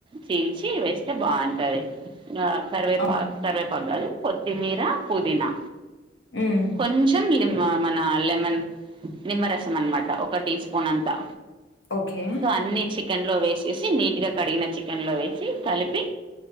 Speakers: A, on the right; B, on the left.
A: చి చ్చి వేస్తే బాగుంటది కరివే
B: అవునవును.
A: కరివేపాకు కాదు కొత్తిమీరా పుదీనా
B: హ్మ్.
A: కొంచం లిమి మన లెమన్ నిమ్మరసం అనమాట ఒక టీ స్పూన్ అంతా
B: ఓకే
A: సో అన్ని చికెన్ లో వేసేసి నీట్ గా కడిగిన చికెన్ లో వేసి కలిపి